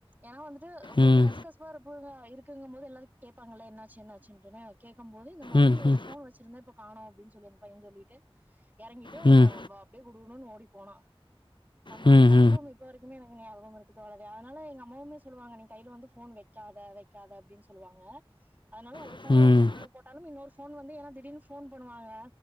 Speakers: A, on the right; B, on the left.
A: ஏனா வந்துட் ட்டு
B: ம்ஹ்ம்.
A: கொஞ்ச
B: ம்.
A: கசக்கசப்பா இருப்புக இருக்குங்கும் போது எல்லாரு கேப்பாங்கல்ல என்னாச்சு என்னாச்சுன்ட்டுன்னு கே கம்போது இந்த மாரி
B: ம்ஹ்ஹ்ம்.
A: போன் வச்சிருந்தே இப்ப காணோ அப்டின்னு சொல்லின் அந்த பைய சொல்லிட்டு எறங்கிட்டு அவ
B: ம். ம்.
A: அப்படியே குடுகுடுணு ஓடி போனா அந்த
B: ம்
A: ஒரு
B: ம் ம்
A: அனுபவம் இப்ப வரைக்குமே எனக்கு ஞாபகம் இருக்கு தோழரே ஆனாலு எங்க அம்மாவுமே சொல்லுவாங்க நீ கைல வந்து போன் வெக்காத வெக்காத அப்டின்னு சொல்லுவாங்க அதனால ஒரு
B: ம் ம் ம்
A: போன
B: ம்
A: உ உள்ள போட்டா டாலுமு இன்னொரு போன் வந்து ஏனா திடீனு போன் பண்ணுவாங்க